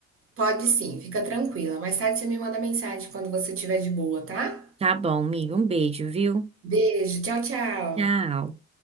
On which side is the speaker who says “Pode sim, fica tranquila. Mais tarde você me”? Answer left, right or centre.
Right